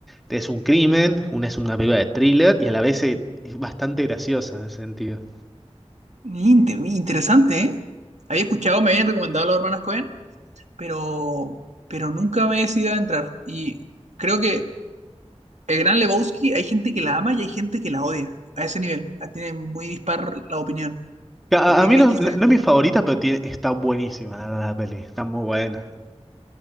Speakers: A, in the centre; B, on the right (about 85°).
A: es un crimen, una es una película de thriller y a la vez es, es bastante graciosa en ese sentido.
B: Inte- interesante, ¿eh? Había escuchado, me habían recomendado a los hermanos Cohen, pero, pero nunca me he decidido a entrar. Y creo que el gran Lebowski, hay gente que la ama y hay gente que la odia. A ese nivel. Ah, Tiene muy dispar la opinión.
A: A,
B: ¿Por qué
A: a- mí
B: creéis
A: no,
B: que
A: no-
B: se...
A: no es mi favorita, pero tiene- está buenísima la, verdad, la peli, está muy buena.